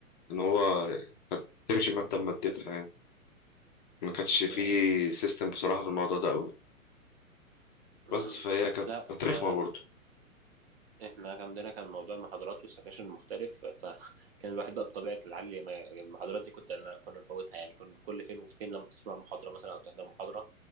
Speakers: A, on the left; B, on the right.
A: ان هو كانت تمشي مادة بمادتها يعني ما كانش فيه
B: ياه
A: سيستم بصراحة في الموضوع ده قوي
B: امم
A: بس فهي كانت
B: لا
A: كانت
B: احنا
A: رخمة برضه
B: احنا كان عندنا كان موضوع المحاضرات والسكاشن مختلف فكان <laughs> الواحد بقى بطبيعة العلي ما المحاضرات دي كنت أنا كنا نفوتها يعني كنا كل فين وفين لما تسمع محاضرة مثلا أو تحضر محاضرة